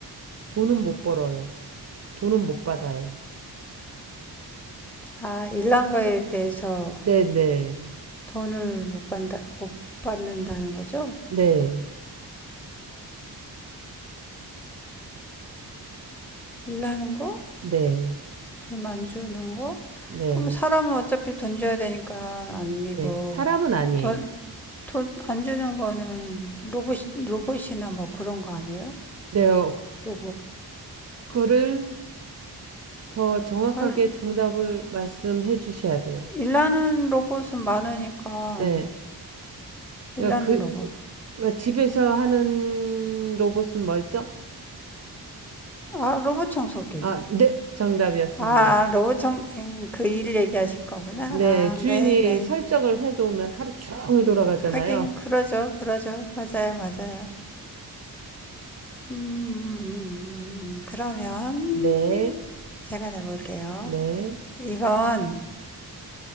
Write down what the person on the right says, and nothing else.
돈은 못 벌어요. 돈은 못 받아요.
네네.
네. 네.
네.
네.
네. 사람은 아니에요.
네. 어,
그거를 더 정확하게
정답을 말씀해 주셔야 돼요.
네. 그러니까
그,
그러니까 집에서 하는 로봇은 뭐였죠?
아, 네. 정답이었습니다.
네,
주인이
설정을 해놓으면 하루 종일 돌아가잖아요.
네,
네,